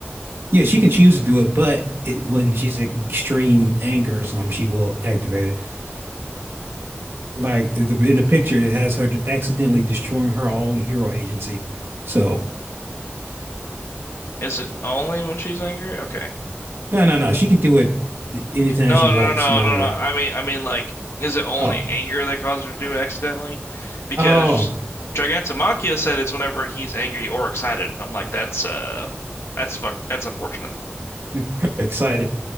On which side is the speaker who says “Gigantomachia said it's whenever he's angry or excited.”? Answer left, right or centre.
Left